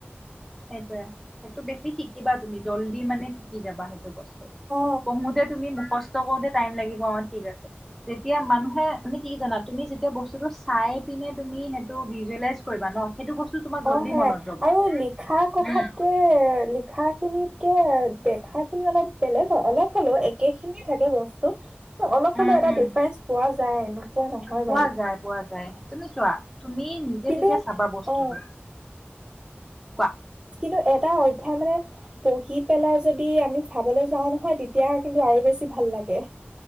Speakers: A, in the centre; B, on the right.
A: সেইটোৱে, সেইটো বেছি শিকিবা তুমি জল্দি মানে শিকি যাবা, সেইটো বস
B: অ
A: পঢ়োতে তুমি মুখস স্থ কৰোতে টাইম লাগিব অঁ ঠিক আছে যেতিয়া মানুহে মানে কি জানা তুমি যেতিয়া বস্তুটো চাই পিনে তুমি সেইটো ভিজুৱেলাইজ কৰিবা ন। সেইটো বস্তু তোমাৰ জল্দি
B: অ' সেয়াই,
A: মনত ৰ'ব।
B: আৰু লিখা কথাতকে
A: উম
B: লিখা খা খিনিতকে দেখা খিনি অলপ বেলেগ হয়। অলপ হ'লেও একে খিনিয়ে থাকে বস্তু অলপ
A: উম
B: হ'লেও এটা
A: উম
B: ডিফাৰেঞ্চ পোৱা যায়, নোপোৱা নহয়
A: পোৱা
B: বাৰু।
A: যায় পোৱা যায় তুমি চোৱা তুমি নিজে
B: কিন্তু
A: যেতিয়া চাবা বস্তুটো
B: অ
A: কোৱা।
B: কিন্তু এটা অধ্যায় মানে পঢ়ি পেলাই যদি আমি চাবলৈ যাওঁ নহয় তেতিয়া কিন্তু আৰু বেছি ভাল লাগে।